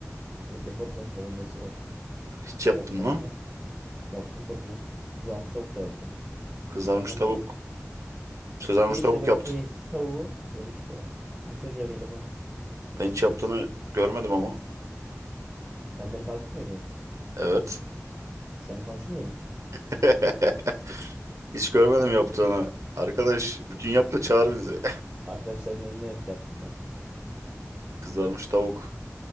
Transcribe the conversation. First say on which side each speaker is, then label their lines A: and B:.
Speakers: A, on the right; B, on the right.
A: E, Tavuk yaparız canım. Tavuğun nesi var?
B: Hiç yaptın
A: Tavuklu makarna
B: mı?
A: yap. Yaptım tabii canım. Kızarmış tavuk da yaptım.
B: Kızarmış
A: Makarna
B: tavuk.
A: da yaptım.
B: Kızarmış
A: Şey işte
B: tavuk
A: böyle
B: yaptın.
A: KFC tavuğu. Böyle işte mısır gevreğiyle falan.
B: Ben hiç yaptığını görmedim ama.
A: Sen beni takip mi ediyorsun?
B: Evet.
A: Biz seninle tanışıyor muyduk?
B: <laughs> Hiç görmedim yaptığını. Arkadaş
A: <laughs>
B: bütün yap da çağır bizi.
A: Arkadaşlarımın evinde yap- yaptım ya.
B: <laughs> Kızarmış tavuk.